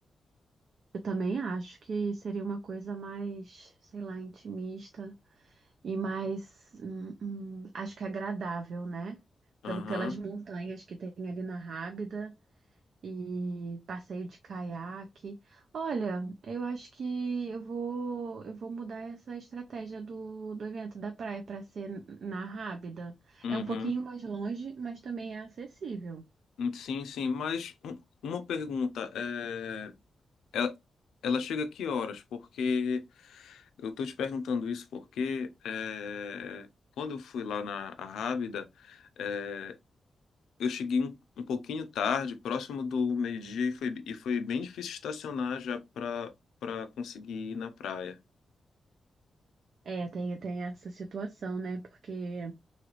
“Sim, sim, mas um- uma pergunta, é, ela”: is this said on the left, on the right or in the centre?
Left